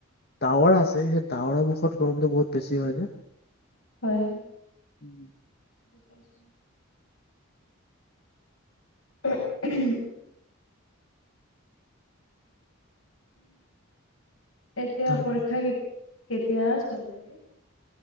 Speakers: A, on the left; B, on the left.
A: টাৱৰ আছে সেই টাৱৰৰ মুখত গৰমটো বহুত বেছি হয় যে
B: হয় হয়
A: উম
B: পাইছো উহ উম উম এতিয়া
A: তাৰ
B: পৰীক্ষা কেতি কেতিয়া ছোৱালজনীৰ